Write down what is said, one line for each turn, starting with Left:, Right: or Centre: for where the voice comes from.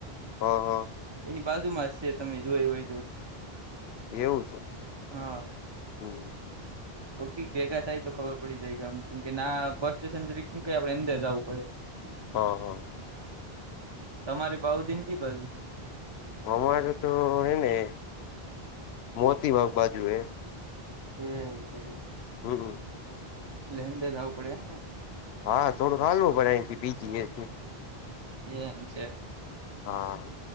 Left: હા હા.
Right: એની બાજુમાં જ છે તમે જો એ હોય તો.
Left: એવું છે.
Right: હા.
Left: હમ
Right: કોકીક ભેગા થાય તો ખબર પડી જાય કે આમ કેમ કે ના બસ સ્ટેશન જ કેમું કઈ આપડે અંદર જવું પડે.
Left: હં હં.
Right: તમારી ભઉ દિન ક બજ.
Left: અમારે તો હેને મોતી વાગ બાજુ હે.
Right: એ હ છે.
Left: હમ હમ.
Right: એટલે અંદર જવું પડે એમ ને.
Left: હા થડો કાલવો બરાયથી બીજીએ હતી.
Right: એમ છે.
Left: હા.